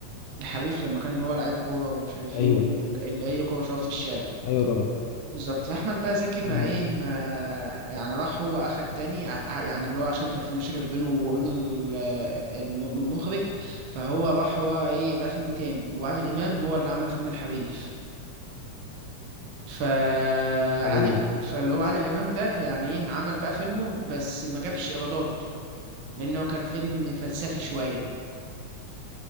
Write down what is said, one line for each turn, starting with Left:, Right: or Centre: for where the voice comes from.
Right: الحريف لما كان هو لعيب كوره ومش عارف
Left: ايوه
Right: ايه ال- اللي هي كوره شباب في الشارع
Left: ايوه طبعا
Right: بالظبط فاحمد بقى زكي ما
Left: امم
Right: ايه ما يعني راح هو اخد تاني ع- يعني اللي هو عشان كان في مشاكل بينه وبين ال- الم- المخرج فهو راح هو ايه بقى فيلم تاني وعادل امام هو اللي عمل فيلم الحريف فعادل
Left: ايوه
Right: فاللي هو عادل امام ده يعني ايه عمل بقى فيلمه بس ما جابش ايرادات لانه كان فيلم فلسفي شويه